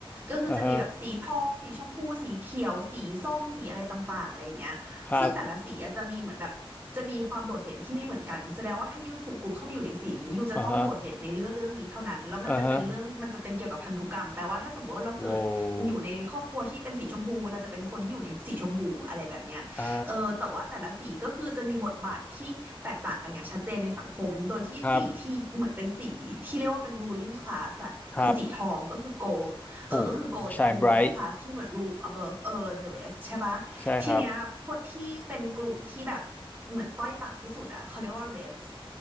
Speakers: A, on the right (about 25°); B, on the left (about 15°).
A: ก็คือจะมีแบบสีทองสีชมพูสีเขียวสีส้มสีอะไรต่างๆอะไรอย่างเงี้ยซึ่งแต่ละสีอะจะมีเหมือนแบบจะมีความโดดเด่นที่ไม่เหมือนกันแสดงว่าถ้ายูถูกกรุ๊ปเข้ามาอยู่ในสีนี้ยูจะต้องโดดเด่นในเรื่องเรื่องนี้เท่านั้นแล้วมันจะเป็นเรื่องมันจะเป็นเกี่ยวกับพันธุกรรมแปลว่าถ้าสมมติว่าเราเกิดอยู่ในครอบครัวที่เป็นสีชมพูเราจะเป็นคนที่อยู่ในสีชมพูอะไรแบบเนี้ยเออแต่ว่าแต่ละสีก็คือจะมีบทบาทที่แตกต่างกันอย่างชัดเจนในสังคมโดยที่สีที่เหมือนเป็นสีที่เรียกว่าเป็น
B: อ่าฮะครับอ่าฮะอ่าฮะโว้อ่า ครับ
A: ruling class อะคือสีทองก็คือ
B: ครับ
A: gold เออก็คือ
B: โอ้
A: gold
B: ชายไบรท์
A: จะเป็น ruling class ที่เหมือน rule above เออ the rest ใช่ปะทีเนี้ยคนที่เป็นกลุ่มที่แบบเหมือนต้อยต่ำที่สุดอะเขาเรียกว่า
B: ใช่ครับ
A: reds